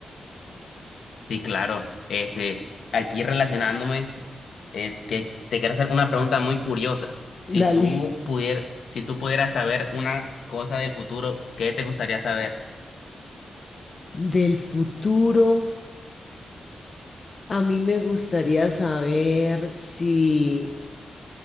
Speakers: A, on the left; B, on the left.
A: Sí, claro, este, aquí relacionándome. Eh, que te quiero hacer una pregunta muy curiosa. Si
B: Dale.
A: tú pudier, si tú pudieras saber una cosa del futuro, ¿qué te gustaría saber?
B: Del futuro, a mí me gustaría saber si